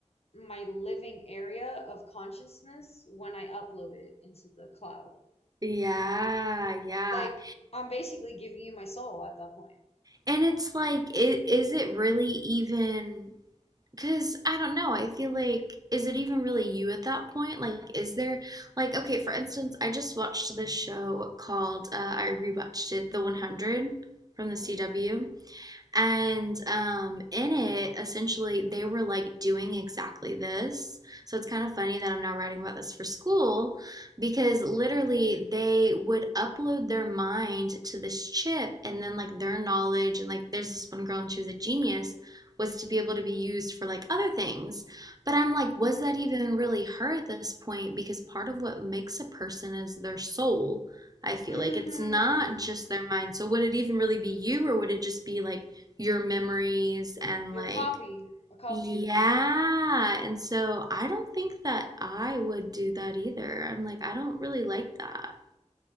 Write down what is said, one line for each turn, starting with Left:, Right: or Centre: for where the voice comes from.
Left: my living area of consciousness when I upload it into the cloud.
Right: Yeah, yeah.
Left: Like, I'm basically giving you my soul at that point.
Right: And it's like, i- is it really even? Because I don't know, I feel like, is it even really you at that point? Like, is there, like, okay, for instance, I just watched this show called, uh, I rewatched it, The 100 from the CW.
Left: Mm-hmm.
Right: And um, in it, essentially, they were like doing exactly this. So it's kind of funny that I'm now writing about this for school because literally they would upload their mind to this chip and then like their knowledge. And like there's this one girl and she was a genius was to be able to be used for like other things. But I'm like, was that even really her at this point? Because part of what makes a person is their soul. I feel
Left: Mm-hmm.
Right: like it's not just their mind. So would it even really be you, or would it just be like your memories and
Left: Your
Right: like,
Left: copy, a copy
Right: yeah.
Left: of you.
Right: And so I don't think that I would do that either. I'm like, I don't really like that.